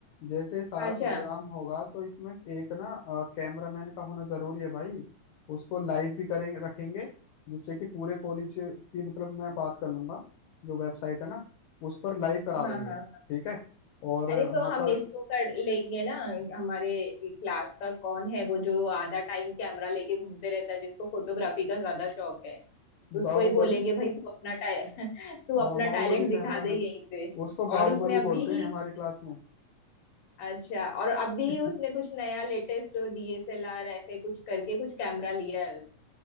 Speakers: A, on the left; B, on the left.
A: जैसे सारा
B: अच्छा
A: प्रोग्राम होगा तो इसमें एक ना कैमरामैन का होना जरूरी है भाई उसको लाइव भी करेंगे रखेंगे जिससे कि पूरे कॉलेज की मतलब मैं बात कर लूंगा जो वेबसाइट है ना उस पर लाइव करा
B: हाँ
A: देंगे
B: हाँ
A: ठीक है और
B: अरे तो
A: वहां
B: हम
A: पर
B: इसको कर लेंगे ना हमारे क्लास का कौन है वो जो आधा टाइम कैमरा लेके घूमते रहता है जिसको फोटोग्राफी का ज्यादा शौक है उसको
A: बाहुबली
B: ही बोलेंगे भाई तू अपना टा- <laughs> तू
A: हाँ
B: अपना
A: बाहुबली
B: टैलेंट दिखा
A: कैमरामैन
B: दे यहीं पे
A: उसको बाहुबली
B: और उसने अभी
A: बोलते
B: ही
A: हैं हमारी
B: कुछ
A: क्लास में
B: अच्छा और अभी
A: <laughs>
B: उसने कुछ नया latest डीएसएलआर ऐसे कुछ करके कुछ कैमरा लिया है उस